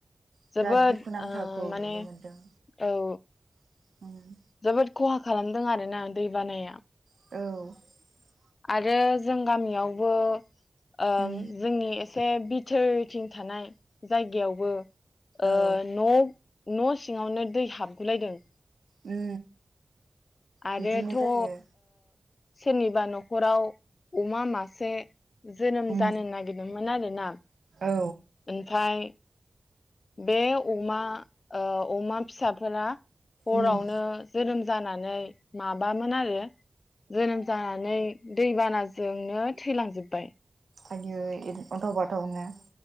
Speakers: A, on the right (about 80°); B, on the left (about 65°).
A: बिराद
B: जोबोद
A: दुखुनांथावखौ
B: ओ माने
A: नुनो मोनदों
B: औ
A: <unintelligible>
B: जोबोद ख'हा खालामदों आरोना दै बानाया
A: औ
B: आरो जों गामियावबो ओ
A: उम
B: जोंनि एसे बिथोरथिं थानाय जायगायावबो ओ
A: औ
B: न' न' सिङावनो दै हाबगुलायदों
A: उम
B: आरोथ'
A: बिदिनो जायो
B: ओ सोरनिबा न'खराव अमा मासे जोनोम
A: औ
B: जानो नागिरदोंमोन आरो ना
A: औ
B: ओमफाय बे अमा ओ अमा फिसाफोरा हरावनो
A: उम
B: जोनोम जानानै माबामोन आरो जोनोम जानानै दैबानाजोंनो थैलांजोबबाय
A: आयै अनथाव-बाथावनो